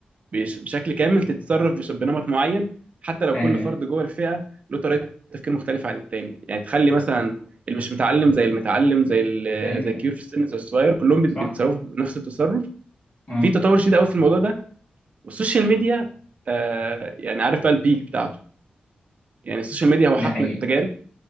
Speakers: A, on the right; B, on the left.
A: بيس- بشكل كامل تتصرف بش- بنمط معين حتى لو
B: أيوه
A: كل فرد جوه الفئه له طريقه تفكير مختلفه عن التاني يعني تخلي مثلا اللي مش متعلم زي المتعلم زي ال-
B: أيوه
A: زي الكبير في السن زي الصغير كلهم بيت-
B: صح
A: بيتصرفوا بنفس التصرف
B: آه
A: في تطور شديد قوي في الموضوع ده والسوشيال ميديا آه يعني عارف بقى البيك بتاعته يعني السوشيال ميديا هو
B: ده
A: حقل
B: حقيقة
A: التجارب